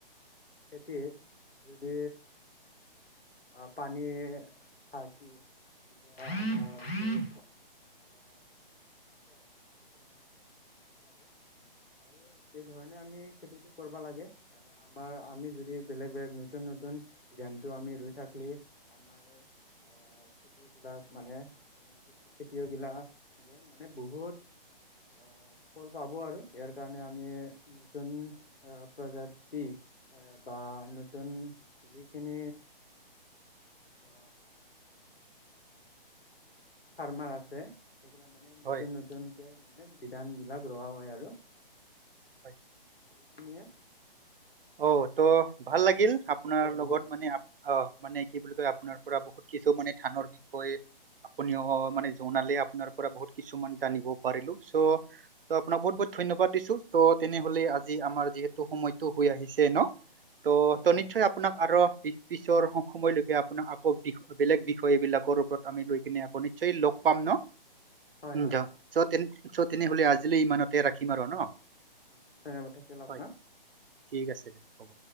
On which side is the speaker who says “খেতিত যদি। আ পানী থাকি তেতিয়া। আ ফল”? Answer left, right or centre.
Left